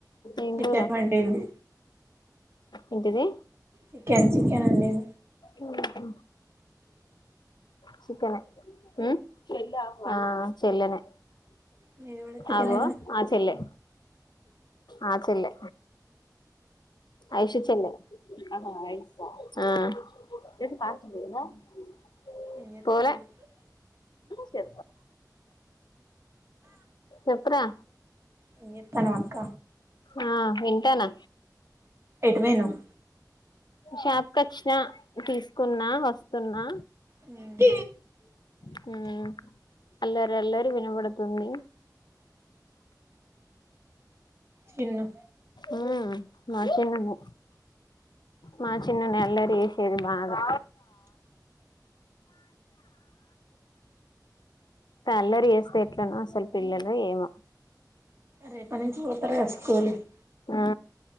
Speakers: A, on the left; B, on the right.
A: ఏం
B: చికెన్
A: కూర
B: వండింది
A: ఏంటిది
B: చికెన్ చికెన్ వండిం
A: ఓహో చికెనే హ్మ్ అ చెల్లనే
B: మీది కూడా చికెనేనా
A: అవు ఆ చెల్లె ఆ చెల్లె ఐషు చెల్లె ఆ
B: ఏం చేత్తాల్లు
A: పోలే చె చెప్పురా
B: ఎం చేట్టానావ్ అక్క
A: ఆ వింటానా
B: అటువెనావ్
A: షాప్ కచ్చినా తీసుకున్నా వస్తున్నా
B: అదే
A: హ అల్లరల్లారి వినపడుతుంది
B: చిన్ను
A: ఆ మా చిన్నునే మా చిన్ననే అల్లరి వేసేది బాగా ఆల్లరు చేస్తే ఎట్లను ఏమో అసలు పిల్లలు ఏమ
B: రేపటి నుంచి పోతారు కదా స్కూల్ కి
A: ఆ